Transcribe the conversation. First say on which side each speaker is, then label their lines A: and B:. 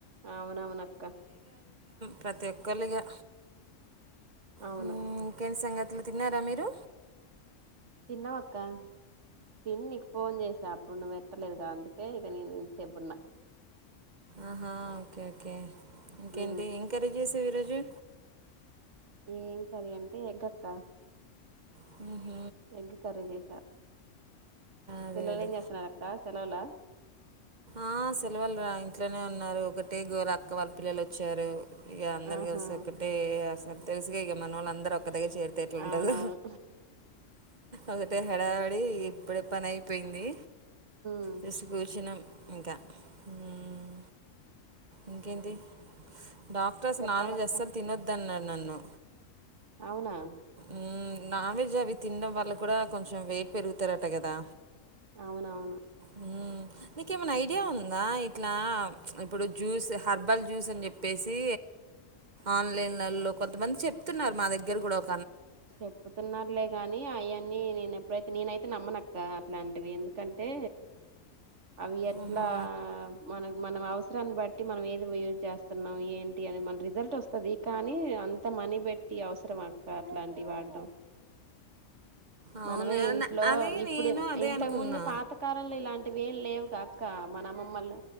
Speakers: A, on the right; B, on the right.
A: అవునవునక్కా
B: ప్రతి ఒక్కలు ఇగా
A: అవును
B: హు ఇంకేం సంగ తి తిన్నారా మీరు?
A: తిన్నాం అక్కా. తిని నీకు ఫోన్ చేసా అప్పుడు నువ్వు ఎత్తలేదు. అందుకే ఇగ నేను ఇంతసేపున్నా.
B: ఆహా ఓకే ఓకే. ఇంకేంటి
A: ఉ
B: ఎంకర్రీ చేసావు ఈ రోజు.
A: ఏం కర్రీ అంటే ఎగ్ అక్కా.
B: హుహ్
A: ఎగ్ కర్రీ చేసా.
B: అదే
A: పిల్లలు
B: అదే
A: ఏం చేస్తున్నారక్కా సెలవులా?
B: ఆ సెలవులు రా ఇంట్లోనే ఉన్నారు. ఒకటే గోల అక్కవాల్ల పిల్లలు వచ్చారు. ఇగా అందరు
A: ఆహా
B: కలిసి ఒక్కటే అ తెలుగా ఇగా మనోళ్ళు అందరు ఒక్క దగ్గరా చేరితే ఎట్లుంటదో
A: అవునవును
B: ఒకటే హడావిడి ఇప్పుడు పని అయిపోయింది.
A: ఉ
B: జస్ట్ కూర్చున్నం. ఇంకా హ్ ఇంకేంటి. డాక్టర్స్
A: చెప్పాలక్క
B: నాన్ వెజ్ అస్సలు తినొద్దు అన్నారు. నన్ను.
A: అవునా.
B: మ్మ్, నాన్ వెజ్ అవి తినడం వల్ల కూడా కొంచెం వెయిట్ పెరుగుతారట కదా.
A: అవునవును.
B: హ్మ్. నీకేమైనా ఐడియా ఉందా ఇట్లా ఇప్పుడు జ్యూస్ హెర్బల్ జ్యూస్ అని చెప్పేసి ఆన్లైన్ లల్లో కొంతమంది చెప్తున్నారు మా ద గ్గరా కూడా ఒ
A: చెప్పుతున్నారులే గాని అయన్నీ నేను ఎప్పుడైతే నేనైతే నమ్మనక్కా అట్లాంటివి ఎందుకంటే. అవి ఎట్లా
B: ఆహా!
A: మన మనం అవస రాన్ని బట్టి మనం ఏది యూజ్ చేస్తున్నాం ఏంటి అని మన రిజల్ట్ వస్తది. కానీ అంత మనీ పెట్టి అవసరం ఆ అక్కా అట్లాంటి టివి వాడడం.
B: అవును.
A: మనమే ఇంట్లో
B: న అదే
A: ఇప్పుడు
B: నేను అదే
A: ఇంతకు
B: అనుకున్నా.
A: ముందు పాతకాలంలో ఇలాంటి అవేం లేవుగ అక్క మన అమ్మమ్మలు,